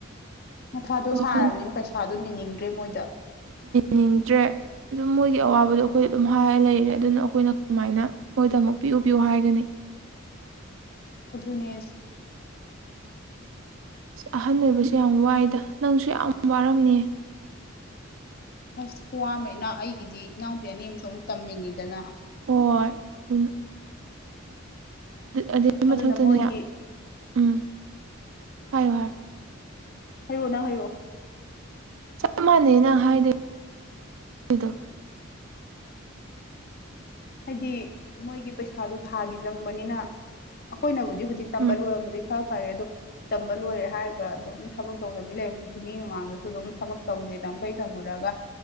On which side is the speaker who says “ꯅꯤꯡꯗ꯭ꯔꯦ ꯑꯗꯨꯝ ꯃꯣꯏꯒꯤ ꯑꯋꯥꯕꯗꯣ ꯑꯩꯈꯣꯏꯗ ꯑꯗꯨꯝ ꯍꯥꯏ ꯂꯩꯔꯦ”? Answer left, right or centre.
Right